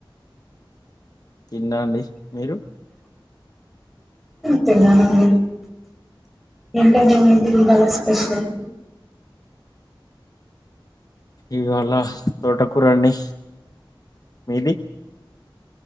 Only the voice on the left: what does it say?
తింనా అండి మీరు
ఇవాళ తోటకూరండి మీది